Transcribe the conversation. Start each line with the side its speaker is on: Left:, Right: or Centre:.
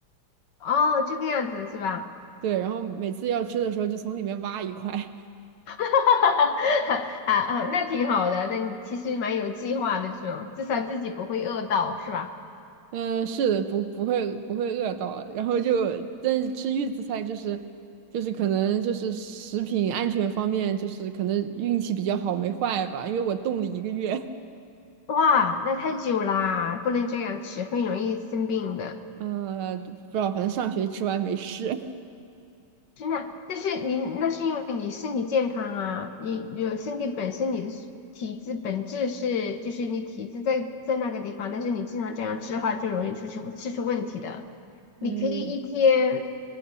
Left: 哦，这个样子是吧？
Right: 对，然后每次要吃的时候就从里面挖一块。
Left: <laughs> 啊啊，那挺好的，那你其实蛮有计划的这种，至少自己不会饿到，是吧？
Right: <laughs> 嗯，是的，不不会不会饿到了然后就，但是吃预制菜就是就是可能就是食品安全方面就是可能运气比较好没坏吧，因为我冻了一个月。<laughs>
Left: 哇，那太久啦，不能这样吃，会容易生病的。
Right: 呃，不知道，反正上学吃完没事。
Left: 真的，但是你那是因为你身体健康啊，你有身体本身你的是体质本质是就是你体质在在那个地方，但是你经常这样吃的话，就容易出出吃出问题的。你可以一天，
Right: 哎